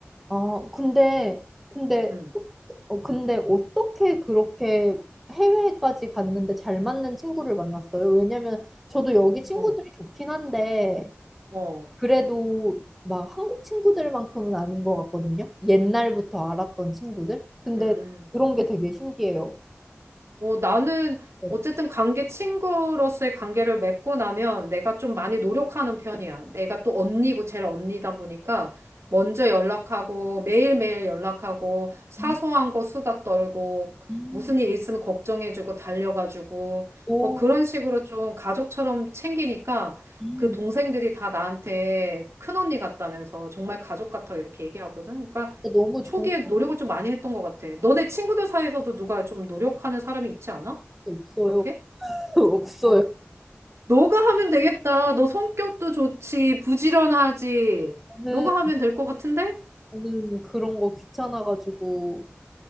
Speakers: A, in the centre; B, on the right.
A: 아, 근데, 근데,
B: 응,
A: 어, 근데 어떻게 그렇게 해외까지 갔는데 잘 맞는 친구를 만났어요? 왜냐면 저도 여기 친구들이
B: 응,
A: 좋긴 한데,
B: 어,
A: 그래도 막 한국 친구들만큼은 아닌 것 같거든요? 옛날부터 알았던 친구들? 근데
B: 음.
A: 그런 게 되게 신기해요.
B: 어, 나는
A: 네.
B: 어쨌든 관계 친구로서의 관계를 맺고 나면 내가 좀 많이 노력하는 편이야. 내가 또 언니고 제일 언니다 보니까 먼저 연락하고 매일매일 연락하고 사소한
A: 음,
B: 거 수다 떨고
A: 음,
B: 무슨 일 있으면 걱정해주고 달려가지고
A: 오,
B: 뭐 그런 식으로 좀 가족처럼 챙기니까
A: 음.
B: 그 동생들이 다 나한테 큰언니 같다면서 정말
A: 어,
B: 가족 같다고 이렇게 얘기하거든. 그러니까
A: 진짜 너무
B: 초기에
A: 좋은
B: 노력을
A: 게
B: 좀 많이 했던 것 같아. 너네 친구들 사이에서도 누가 좀 노력하는 사람이 있지 않아?
A: 없어요.
B: 그렇게?
A: <laughs> 없어요.
B: 어, 너가 하면 되겠다. 너 성격도 좋지. 부지런하지.
A: 저는,
B: 너가 하면 될 것 같은데?
A: 저는 그런 거 귀찮아가지고.